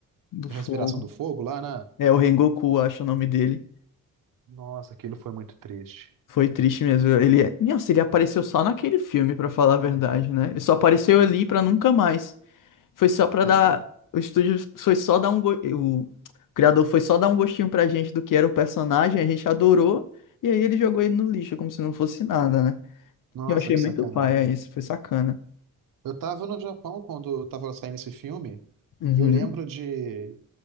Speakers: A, on the left (about 75°); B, on the right (about 80°).
A: Do
B: da
A: fogo.
B: respiração do fogo lá, né?
A: É o Rengoku, acho o nome dele.
B: Nossa, aquilo foi muito triste.
A: Foi triste mesmo. Ele, é- nossa, ele apareceu só naquele filme, pra falar a verdade, né? Ele só apareceu ali pra nunca mais. Foi só pra
B: É,
A: dar. O estúdio foi só dar um. go- O criador foi só dar um gostinho pra gente do que era o personagem, a gente adorou, e aí ele jogou ele no lixo, como se não fosse nada, né?
B: nossa,
A: Eu achei
B: que
A: muito
B: sacanagem.
A: paia isso, foi sacana.
B: Eu tava no Japão quando tava saindo esse filme.
A: Uhum.
B: Eu lembro de